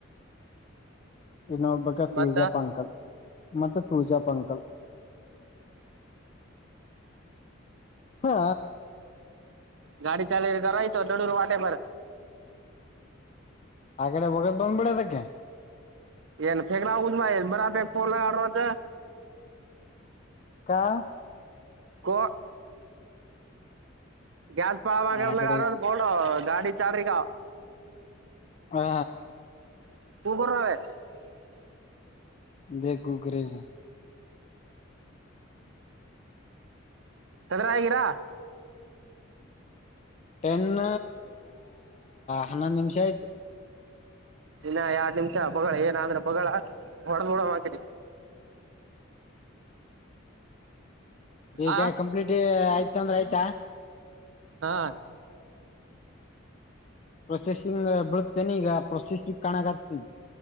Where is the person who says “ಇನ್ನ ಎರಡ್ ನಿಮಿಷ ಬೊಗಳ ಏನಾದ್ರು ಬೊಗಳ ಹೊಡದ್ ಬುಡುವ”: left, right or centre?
Right